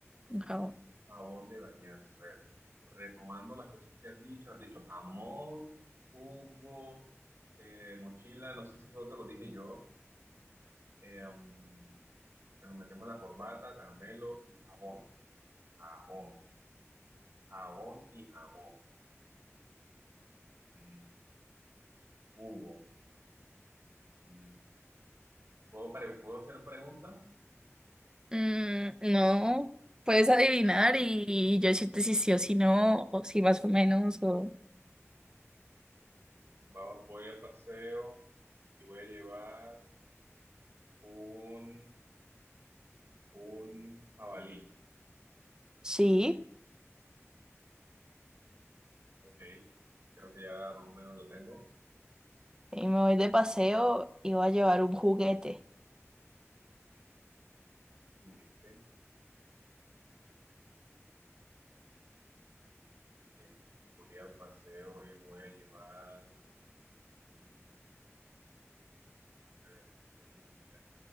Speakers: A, on the right (about 15°); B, on the right (about 55°).
A: Un jabón.
B: jabón de bañarse. A ver, retomando las cosas que has dicho, has dicho jamón, jugo, eh, mochila, no sé si fue lo que lo dije yo. Eh, um, Bueno, metemos la corbata, caramelo y jabón. Jabón. Jabón y jamón. Mm, Hugo. Mm, ¿Puedo, pre- ¿puedo hacer preguntas?
A: Mm, no, puedes adivinar y yo decirte si sí o si no, o si más o menos, o...
B: Va- voy al paseo y voy a llevar un, un jabalí.
A: Sí,
B: Ok. Creo que ya más o menos lo tengo.
A: y me voy de paseo y voy a llevar un juguete.
B: Juguete. Eh, voy al paseo y voy a llevar. mm, a ver, déjame mirar,